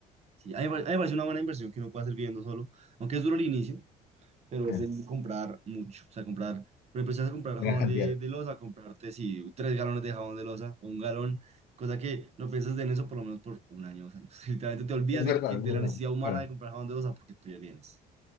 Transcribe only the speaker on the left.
Mira,
gran
cantidad.
Es verdad,
es
verdad.
Bueno,